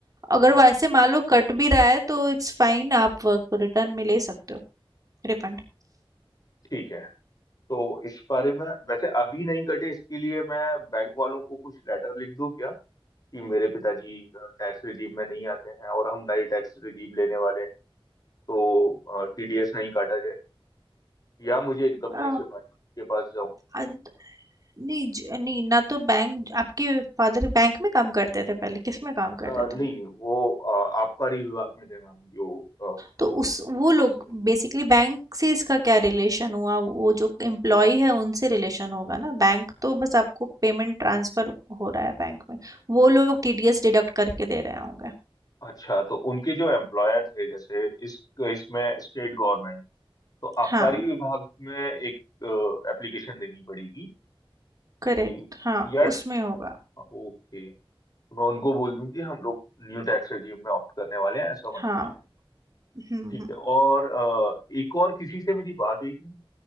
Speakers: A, on the right; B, on the left.
A: अगर
B: ठीक
A: वैसे
B: है
A: मान लो कट भी रहा है तो इट्स फाइन आप वर्क रिटर्न में ले सकते हो रिफंड
B: ठीक है तो इस बारे में वैसे अभी नहीं कटे इसके लिए मैं बैंक वालों को कुछ लेटर लिख दूं क्या कि मेरे पिताजी टैक्स रिजीम में नहीं आते हैं और हम नए टैक्स रिजीम लेने वाले हैं तो टीडीएस नहीं काटा जाए या मुझे इनकम
A: अ,
B: टैक्स डिपार्टमेंट के पास जाऊं
A: अ, नहीं ज- नहीं ना तो बैंक आपके फादर बैंक में काम करते थे पहले किस में काम करते
B: अ, नहीं
A: थे
B: नहीं वो अ, आबकारी विभाग में थे मैम जो
A: तो उस वो लोग
B: टैक्स
A: बेसिकली बैंक से इसका क्या रिलेशन हुआ वो जो एम्प्लॉय है उनसे रिलेशन होगा ना बैंक तो बस आपको पेमेंट ट्रांसफर हो रहा है बैंक में वो लोग टीडीएस डिडक्ट करके दे रहे होंगे
B: अच्छा तो उनके जो एम्प्लॉयर थे जैसे इस इसमें स्टेट गवर्नमेंट तो आबकारी
A: हाँ
B: विभाग में एक एप्लीकेशन देनी पड़ेगी कि
A: करेक्ट हाँ
B: यार
A: उसमें होगा
B: ओके मैं उनको बोल दूं कि हम लोग न्यू टैक्स रेजिम में ऑप्ट करने वाले हैं ऐसा मत
A: हाँ
B: करिए
A: हम्म
B: ठीक
A: हम्म
B: है और अ, एक और किसी से मेरी बात हुई थी